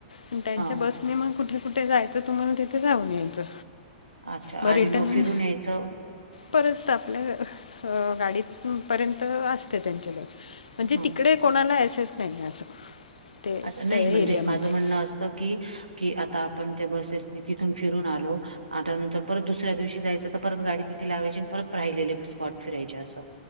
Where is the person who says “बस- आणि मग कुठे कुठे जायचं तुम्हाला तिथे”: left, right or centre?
Left